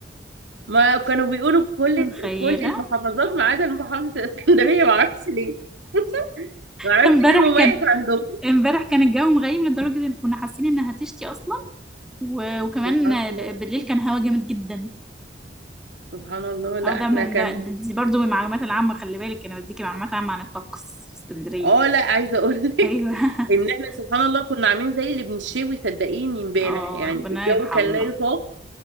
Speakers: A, on the right (about 90°); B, in the centre.
A: ما كانوا بيقولوا كل
B: متخيلة
A: كل المحافظات ما عدا محافظة الإسكندرية ما اعرفش ليه <laughs> ما اعرفش
B: ده امبارح
A: ايه المميز
B: كان
A: عندكم
B: امبارح كان الجو مغيم لدرجة ان كنا حاسين انها هتشتي اصلا و... وكمان
A: سبحان الله
B: ب... بالليل كان هوا جامد جدا
A: سبحان الله لا
B: اه ده
A: احنا
B: من
A: كان
B: ده ده- دي برضو من المعلومات العامة خلي بالك انا بديكي معلومات عامة عن الطقس في اسكندرية
A: اه لا عايزة اقول لك
B: ايوه <laughs>
A: <laughs> ان احنا سبحان الله كنا عاملين زي اللي بنشوي صدقيني امبارح
B: اه
A: يعني
B: ربنا
A: الجو
B: يرحمنا
A: كان لا يطاق